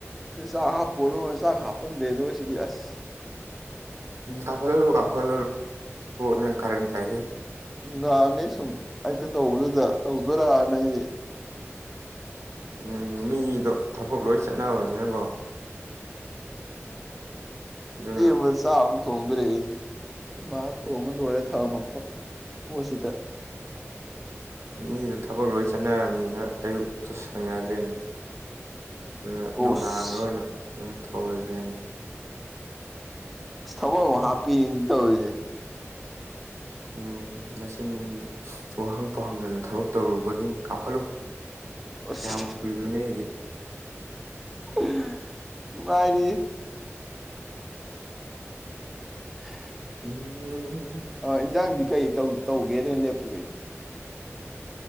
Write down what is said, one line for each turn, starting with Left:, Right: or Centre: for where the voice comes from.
Centre: ꯍ ꯁꯥꯒ ꯍꯥ ꯄꯔ ꯆ ꯍꯥꯄꯟ ꯗꯦꯗꯧꯁꯤꯗꯤ ꯑꯁ
Right: ꯎꯝ ꯀ ꯀꯥꯡꯈ ꯀ ꯀꯥꯡꯈ ꯂ ꯀꯔꯦꯟ ꯇꯥꯏ
Centre: ꯉꯥꯡꯉꯦ ꯁꯨꯝ ꯑꯛꯇ ꯇꯧꯕꯗꯨꯗ ꯇꯧꯗꯣꯏꯔꯅ ꯑꯩꯗꯤ
Right: ꯎꯝ ꯃꯤꯗꯣ ꯊꯕꯛ ꯂꯣꯏ ꯆꯠꯅꯕꯅꯤꯅꯀꯣ ꯑꯗꯨꯅ
Centre: ꯂꯩ ꯊꯥꯎ ꯁꯦꯣꯏ ꯃꯥ ꯊꯣꯡꯉ ꯂꯣꯏꯔ ꯊꯧꯔꯝꯃ ꯄꯣꯠꯁꯤꯗ
Right: ꯃꯤꯗꯨꯣ ꯊꯕꯛ ꯂꯣꯏ ꯆꯠꯅꯔꯕꯅꯤꯅ ꯑꯌꯨꯛꯇ ꯁꯪꯅꯗ꯭ꯔꯦꯅꯤ ꯑꯗꯨꯅ
Centre: ꯑꯣꯁ
Right: ꯅꯨꯡꯗꯥꯡꯗ ꯑꯣꯏꯅ ꯁꯤꯅ ꯇꯧꯔꯁꯦ
Centre: ꯊꯕ ꯍꯥꯄꯤꯤꯗ ꯑꯣꯏꯗꯦ
Right: ꯎꯝ ꯅꯆꯤꯟ ꯋꯥꯍꯪ ꯄꯥꯎꯍꯪꯗꯅ ꯊꯕꯛ ꯇꯧꯔꯨꯕꯒꯤꯅꯤ ꯀꯥꯝꯈꯠꯂꯨ
Centre: ꯑꯁ
Right: ꯀꯃ ꯀꯔꯨꯅꯦꯒꯦ
Centre: ꯑ ꯒꯥꯏꯔꯤ <unintelligible>
Right: ꯎꯝ
Centre: ꯑ ꯏꯟꯖꯥꯡ ꯀꯩ ꯇꯧꯒꯦꯅ ꯂꯦꯞꯄꯒꯦ